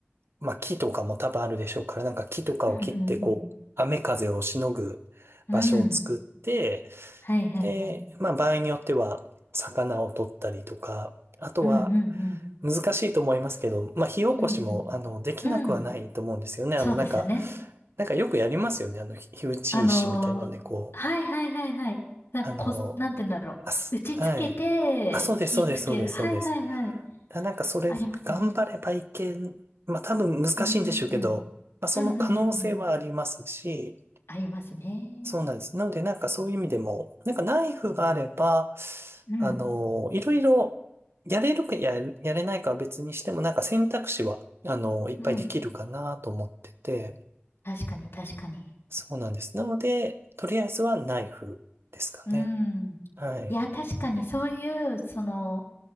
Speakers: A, on the right (about 75°); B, on the left (about 80°).
A: まあ、木とかも多分あるでしょうから、なんか木とかを切って、
B: うんうん
A: こう、雨風をしのぐ場所を作って、
B: うん。うん。はいはいはい。
A: で、まあ場合によっては魚を取ったりとか、あとは
B: うんうんうん。
A: 難しいと思いますけど、まあ火起こしもあのできなくはないと思うんですよね。
B: うんうん。うん。そうですね。
A: あのなんか、なんかよくやりますよね。あの火火打ち石みたいのでこう、
B: あのーはいはいはいはい。なんかこす、
A: あの、
B: なんて言うんだろう。
A: あす、
B: 打ちつけて、
A: はい。あ、そうです、
B: 火つける。
A: そうです、そうです、
B: はいはいはい。
A: そうです。だなんかそれ頑張ればいけん、
B: ありますね。
A: まあ多分難しいんでしょうけど、
B: うんうんうん。
A: まあその可能性はありますし、
B: うんうんうんうん。ありますね。
A: そうなんです。なので、なんかそういう意味でも、なんかナイフがあれば、
B: うん。
A: あの、いろいろ、やれるかや、やれないかは別にしても、なんか選択肢は、あの、いっぱいできるかなと思ってて、
B: うん。確かに確かに。
A: そうなんです。なので、とりあえずはナイフですかね。
B: うん。
A: はい。
B: いや、確かにそういう、その、